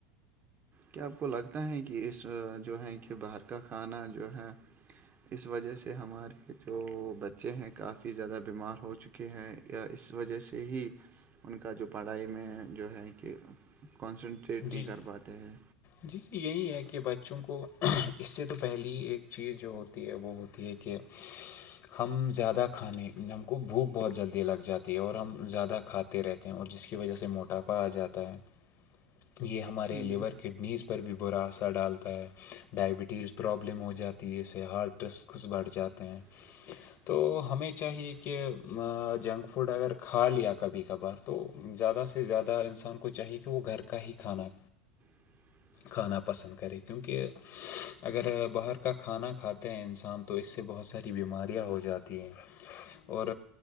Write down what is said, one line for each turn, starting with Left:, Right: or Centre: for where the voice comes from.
Right: کیا آپ کو لگتا ہے کہ اس جو ہے کہ باہر کا کھانا جو ہے اس وجہ سے ہمارے جو بچے ہیں کافی زیادہ بیمار ہو چکے ہیں کے ہیں یا اس وجہ سے ہی ان کا جو پڑھائی میں جو ہے کہ کنسنٹریٹ
Left: جی
Right: نہیں کر پاتے ہیں
Left: جی جی یہی ہے کہ بچوں کو اس سے تو پہلیے ہی ایک چیز جو ہوتی ہوتی ہے بہت ہی کہ ہم زیادہ کھانے ہم کو بھوک بہت جلدی لگ جاتی ہے اور ہم زیادہ کھاے رہتے ہیں اور جس کی وجہ سے موٹاپا آ جاتا ہے یہ ہمارے لیور
Right: جی
Left: کڈنیز پ پر بھی برا اثر ڈالتا ہے ڈائبٹیز پرابلم ہو جاتی ہے اس سے ہارٹ رسکس بڑھ جاتے ہیں
Right: گگگ
Left: تو ہمیں چاہیے کہ جنک فوڈ اگر کھا لیا کبھی کبھار تو زیادہ سے زیادہ انسان کو چاہیے کہ وہ گھر کا ہی کھانا
Right: بچ
Left: کھانا پسند کرے کیونکہ اگر باہر کا کھانا کھاتے ہیں انسان تو اس سے بہت ساری بیماریاں ہو جاتی ہیں اور